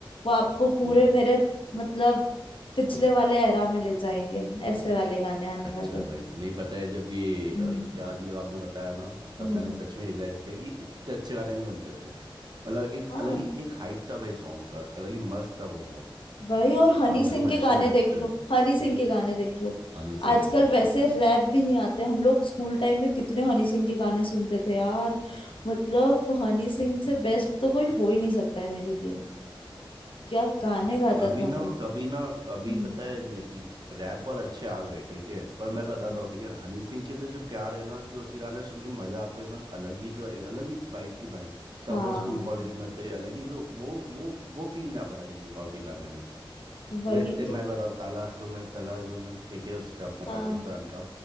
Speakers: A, on the left; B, on the right.
A: वो आपको पूरे
B: हम्म,
A: मेरे मतलब पिछले वाले एरा में ले जाएंगे ऐसे वाले गाने आने
B: अच्छा
A: वाले
B: भाई नहीं पता है जब ये अ,
A: हम्म
B: ये वाली जब आपने बताया ना तब
A: हम्म
B: मैंने सच में रियलाइज किया कि इतने अच्छे गाने नहीं बनते थे मतलब एक
A: हाँ
B: अलग ही एक हाइप था भाई सॉन्ग का अलग ही मस्त था वो बहुत
A: वही और हनी
B: आप उसको
A: सिंह के
B: मैच
A: गाने
B: नहीं कर सकते
A: देख लो हनी सिंह के गाने देख लो
B: हनी सिंह
A: आजकल
B: के सच
A: वैसे
B: में
A: रैप भी नहीं आते हम लोग स्कूल टाइम में कितने हनी सिंह के गाने सुनते थे यार मतलब हनी सिंह से बेस्ट तो कोई हो ही नहीं सकता है मेरे लिए क्या गाने गाता
B: अभी
A: था
B: ना
A: वो
B: अभी ना अभी
A: हम्म,
B: पता है नियति रैप बहुत अच्छे आ गए ठीक है पर
A: हम्म।
B: मैं बताता हूँ ठीक है हनी सिंह के तो जो प्यार है ना जो उसके गाने सुन के मजा आते हैं ना अलग ही जो अलग ही वाइब थी भाई तो
A: हाँ
B: अपन स्कूल कॉलेज में थे अलग ही वो वो वो वो फील नहीं आ पाता किसी और के गाने में मतलब
A: वही
B: इतने मैं
A: तो
B: बताता हूँ ताला जो मैं तला जो मैं ठीक है उसका अपना
A: हाँ
B: पाकिस्तान का